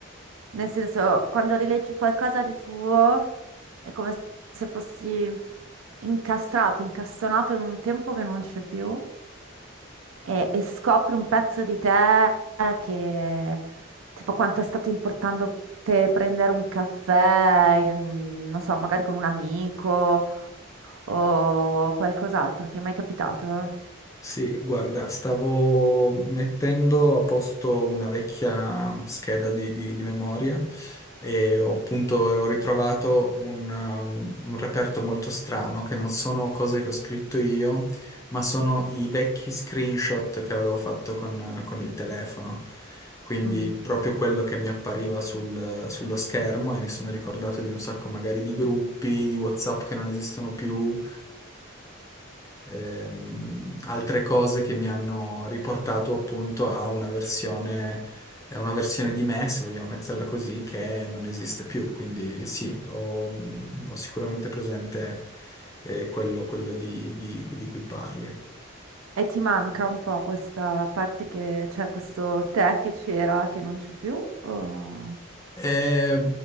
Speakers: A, on the right; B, on the left.
A: nel senso, quando rileggi qualcosa di tuo, è come se fossi incastrato, incastonato in un tempo che non c'è più. e, e scopri un pezzo di te che, tipo, quanto è stato importante te prendere un caffè, in- non so, magari con un amico o qualcos'altro. Ti è mai capitato?
B: Sì, guarda, stavo mettendo a posto una vecchia scheda di, di- di memoria e ho appunto ho ritrovato un, um, un reperto molto strano che non sono cose che ho scritto io, ma sono i vecchi screenshot che avevo fatto con, con il telefono. Quindi
A: Mm.
B: proprio quello che mi appariva sul- sullo schermo e mi sono ricordato di un sacco magari di gruppi, di WhatsApp che non esistono più ehm, altre cose che mi hanno riportato appunto a una versione, a una versione di me, se vogliamo metterla così, che non esiste più. Quindi sì, ho, ho sicuramente presente eh, quello, quello di, di- di cui parli.
A: E ti manca un po' questa parte che, cioè questo te che c'era, che non c'è più? o-
B: Eh,